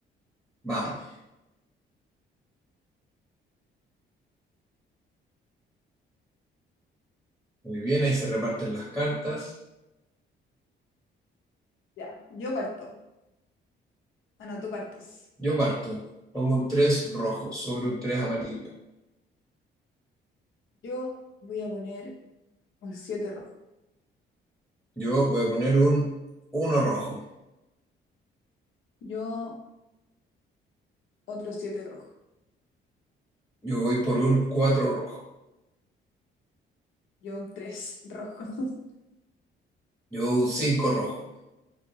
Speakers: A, in the centre; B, on the left (about 75°).
A: Vamos. Muy bien, ahí se reparten las cartas.
B: Ya, yo parto. Ah, no, tú partes.
A: Yo parto. Pongo un 3 rojo sobre un 3 amarillo.
B: Yo voy a poner un 7 rojo.
A: Yo voy a poner un uno rojo.
B: Yo otro 7 rojo.
A: Yo voy por un 4 rojo.
B: Yo un 3 rojo. <laughs>
A: Yo un cinco rojo.